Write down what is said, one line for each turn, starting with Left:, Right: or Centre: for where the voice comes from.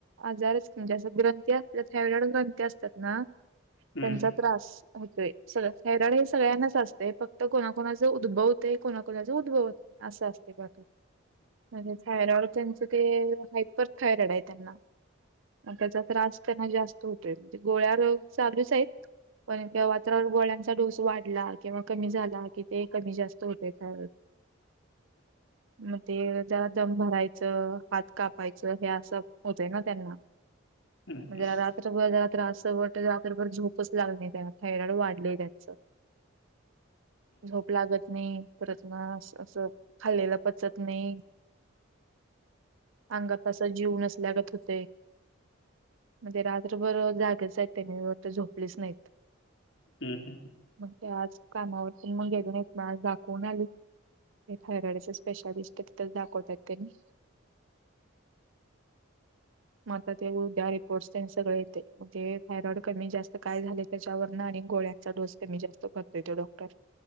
Right: आजारच म्हणजे असं ग्रंथी असत्यात. थायरॉईड ग्रंथी असतात ना.
Left: हम्म
Right: त्यांचा त्रास होतोय सग थायरॉईड हे सगळ्यांनाच असतंय. फक्त कोणाकोणाचं उद्भवतंय कोणाकोणाच उद्भवत नाही असं असतंय <unintelligible> म्हणजे थायरॉइड त्यांचे ते हायपर थायरॉइड आहे त्यांना. अन त्याचा त्रास त्यांना जास्त होतोय म्हणजे गोळ्या रोज चालूच हायेत. पण <unintelligible> गोळ्यांचा डोस वाढला किंवा कमी झाला कि ते कमी जास्त होते थायरॉईड, मग ते जरा दम भरायचं, हात कापायचं हे असं होतय ना त्यांना.
Left: मग
Right: म्हणजे रात्रभर जरा त्रास <unintelligible> रातभर झोपच लागली नायी थायरॉइड वाढलंय त्यांच. झोप लागत नई परत ना असं असं खाल्लेलं पचत नई. अंगात आसा जीव नसल्यागत होतंय. म्हणजे रात्रभर जागेच आहेत त्यांनी तर झोपलेच नाइत.
Left: हम् हम्म.
Right: ते आज कामावर पण मग गेले नाही मग आज दाखवून आले. ते थायरॉईडचे स्पेशालिस्ट आहे तिथच दाखवतात त्यांनी <inaudible> मग आता ते उद्या रिपोर्ट सगळे येते मग ते थायरॉइड कमी जास्त काय झाले त्याच्यावरन आणि गोळ्यांचा डोस कमी जास्त करतोये तो डॉक्टर.